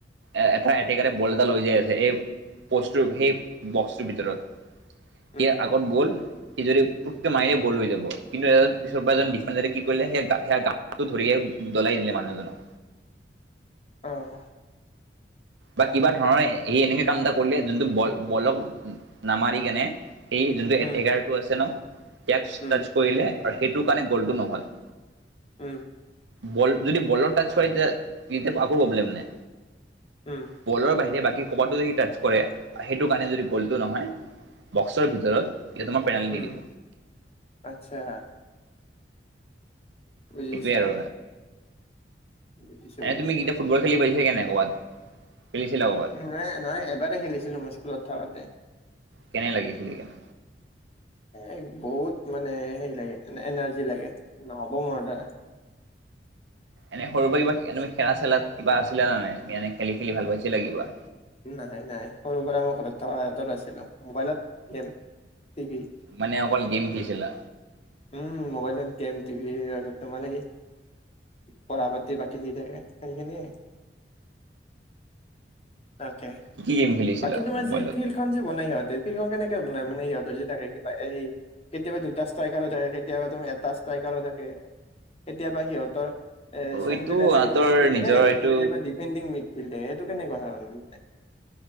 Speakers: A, on the right (about 85°); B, on the left (about 35°).
A: এ এফায়েটিকাৰে বল এটা লৈ যায় যে এই, প'ষ্টৰ সেই বক্সটোৰ ভিতৰত। সেয়া
B: উম,
A: আগত গ'ল, সি যদি পুটকে মায়ে গ'ল হৈ যাব। কিন্তু এজন পিছৰ পৰা এজন ডিফেন্ডাৰে- কৰিলে সে সেয়া গাটো ধৰি দলিয়াই দিলে মানুহজনক।
B: অহ।
A: বা কিবা ধৰণৰ সেই এনেকে কাম এটা কৰিলে যোনটো বল বলক নামাৰি কেনে, সেই যোনটো
B: উম,
A: এটেকাৰটো আছে ন, ইয়াক
B: উম,
A: টাচ কৰিলে আৰু সেইটোৰ কাৰণে গ'লটো নহল।
B: উম।
A: বল যদি বলৰ টাচ হয় তেতিয়া তেতিয়া একো প্ৰব্লেম নাই।
B: উম।
A: বলৰ বাহিৰে বাকী ক'বাতটো যদি টাচ কৰে সেইটো কাৰণে যদি গ'লটো নহয়। বক্সৰ ভিতৰত কেইটামান পেনাল্টি
B: উম,
A: দিব।
B: আচ্ছা। বুজিছো।
A: সেইটোৱে আৰু
B: বুজিছো
A: এনে
B: বুজিছো
A: তুমি কেতিয়া ফুটবল খেলি পাৰছাগে নে ক'ৰবাত। খেলিছিলা ক'ৰবাত
B: নাই নাই এবাৰেই খেলিছিলো মই স্কুলত থাকাতে।
A: কেনে লাগে খেলিকেনে?
B: এ বহুত মানে হেৰি লাগে এ এনাৰ্জি লাগে নহ'ব মোৰ দ্বাৰা।
A: এনে সৰুৰ পৰা কিবা তুমি খেলা চেলাত কিবা আছিলা নাই এনে খেলি খেলি ভাল পাইচিলা কিবা।
B: নাই নাই সৰু পৰা মই ঘৰত থকা এটা আছিলো মোবাইলত গেম, টিভি।
A: মানে অকল গেম খেলিছিলা?
B: উম মোবাইলত গেম টিভিৰত ত মানে হেই। পঢ়া পাতি বাকী দি থাকে সেইখিনিয়ে। তাকে
A: কি কি গেম খেলিছিলা
B: বাকী তোমাৰ
A: মোবাইলত
B: যি ফিল্ডখন যে বনাই সিহঁতে। ফিল্ডখন কেনেকে বনাই মানে সিহঁত যদি থাকে কিবা এই কেতিয়াবা দুটা স্তা ষ্টাইকাৰো থাকে কেতিয়াবা তোমাৰ এটা ষ্ট্ৰাইকাৰো থাকে কেতিয়াবা সিহঁতৰ এ চেন্ট্ৰেল
A: এইটো
B: এটেকিং
A: সিহঁতৰ
B: মিড ফিল্ড
A: নিজৰ
B: থাকে
A: এইটো
B: কেতিয়াবা ডিফেণ্ডিং মিড ফিল্ডাথাকে সেইটো কেনেকুৱা ধৰণ মানে